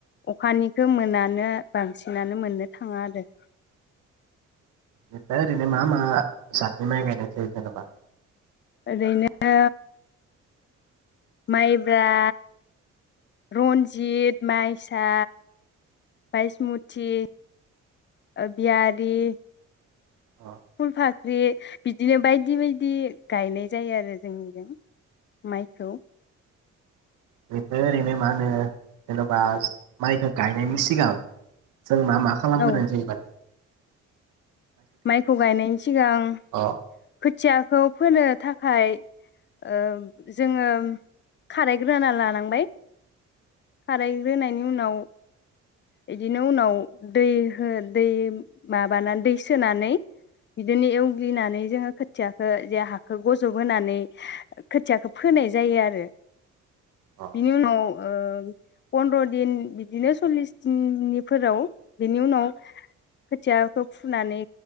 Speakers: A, on the left (about 40°); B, on the right (about 90°).
A: अखानिखो मोनानो बांसिनानो मोननो थाङा आरो
B: निफ्राय ओरैनो मा-मा जादनि माइ गायनाय जायो जेनेबा
A: ओरैनो माइब्रा रन्जित माइसा बायसमुथि ओबियारि
B: अ
A: फुल फाख्रि बिदिनो बायदि-बायदि गायनाय जायो आरो जोंनिजों माइखौ
B: बेनिफ्राय ओरैनो मा ओ जेनबा माइखौ गायनायनि सिगां जों मा-मा खालामग्रोनाय
A: औ
B: जायो
A: माइखौ गायनायनि सिगां
B: अ
A: खोथियाखौ फोनो थाखाय ओ जोङो खारायग्रोना लानांबाय खारायग्रोनायनि उनाव बिदिनो उनाव दै हो दै माबाना दै सोनानै बिदिनो एवग्लिनानै जोङो खोथियाखो जे हाखो गजब होनोनानै खोथियाखो फोनाय जायो आरो
B: अ
A: बिनि उनाव ओ पन्द्र दिन बिदिनो सल्लिस दिननिफोराव बेनि उनाव खोथियाखो फुनानै